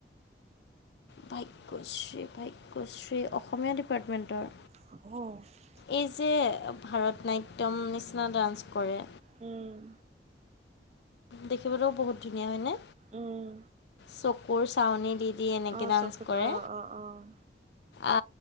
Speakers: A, on the left (about 75°); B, on the right (about 35°).
A: ভাগ্যশ্ৰী ভাগ্যশ্ৰী অসমীয়া ডিপাৰ্টমেণ্টৰ।
B: অৱ।
A: এই যে ভাৰতনাট্যম নিচিনা ডান্স কৰে।
B: উম।
A: দেখিবলৈও বহুত ধুনীয়া হয়নে
B: উম,
A: চকুৰ চাউনি দি সি এনেকে
B: অ',
A: ডান্স
B: চকুত
A: কৰে,
B: অ', অ', অ',
A: আ